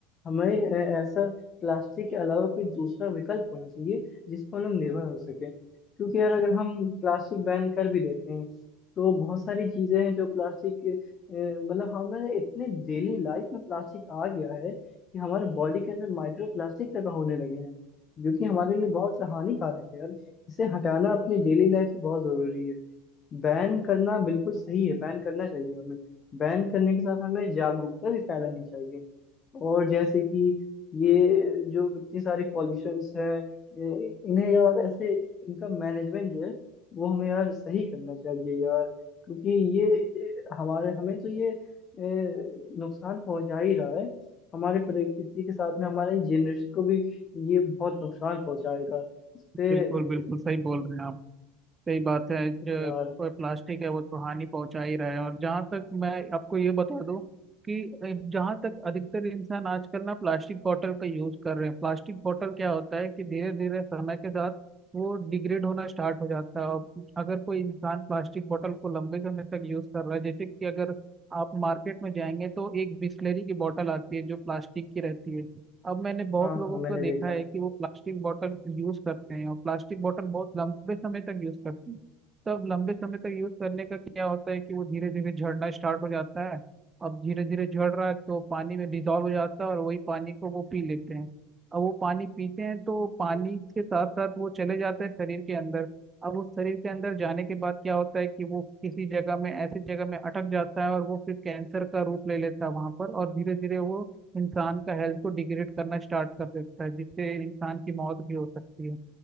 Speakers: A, on the left; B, on the right.
A: हमें ए- ऐसा प्लास्टिक के अलावा कोई दूसरा विकल्प होना चाहिए जिस पर हम लोग निर्भर हो सके क्योंकि यार अगर हम प्लास्टिक बैन कर भी देते हैं तो बहुत सारी चीजें हैं जो प्लास्टिक के, अ, मतलब हमारे इतने डेली लाइफ में प्लास्टिक आ गया है कि हमारे बॉडी के अंदर माइक्रो प्लास्टिक तक होने लगे हैं जो कि हमारे लिए बहुत हानिकारक है यार इसे हटाना अपने डेली लाइफ से बहुत जरूरी है बैन करना बिल्कुल सही है बैन करना चाहिए हमें बैन करने के साथ हमें जागरूकता भी फैलानी चाहिए और जैसे कि ये जो इतनी सारी पॉल्यूशंस हैं ये- इन्हें यार ऐसे इनका मैनेजमेंट जो है वो हमें यार सही करना चाहिए यार क्योंकि ये हमारे हमें तो ये ए, नुकसान पहुंचा ही रहा है हमारे प्रकृति के साथ में हमारे जनरेशन को भी ये बहुत नुकसान पहुंचाएगा इस पे
B: बिल्कुल
A: ए,
B: बिल्कुल सही बोल रहे हैं आप सही बात है जो
A: यार
B: प- प्लास्टिक है वो तो हानि पहुंचा ही रहा है और जहाँ तक मैं आपको ये बता दूं कि जहाँ तक अधिकतर इंसान आजकल ना प्लास्टिक बॉटल का यूज कर रहे हैं प्लास्टिक बॉटल क्या होता है कि धीरे धीरे समय के साथ वो डिग्रेड होना स्टार्ट हो जाता है और अगर कोई इंसान प्लास्टिक बॉटल को लंबे समय तक यूज कर रहा है जैसे कि अगर आप मार्केट में जाएंगे तो एक बिस्लेरी की बॉटल आती है जो प्लास्टिक की रहती है अब मैंने बहुत
A: हाँ
B: लोगों
A: हाँ मैंने
B: को देखा
A: देखा
B: है
A: है
B: कि वो प्लास्टिक बॉटल यूज करते हैं और प्लास्टिक बॉटल बहुत लंबे समय तक यूज करते हैं तब लंबे समय तक यूज करने का क्या होता है कि वो धीरे धीरे झड़ना स्टार्ट हो जाता है अब धीरे धीरे झड़ रहा है तो पानी में डिजॉल्व हो जाता है और वही पानी को वो पी लेते हैं अब वो पानी पीते हैं तो पानी के साथ साथ वो चले जाते हैं शरीर के अंदर अब उस शरीर के अंदर जाने के बाद क्या होता है कि वो किसी जगह में ऐसी जगह में अटक जाता है और वो फिर कैंसर का रूप ले लेता है वहां पर और धीरे धीरे वो इंसान का हेल्थ को डिग्रेड करना स्टार्ट कर देता है जिससे इंसान की मौत भी हो सकती है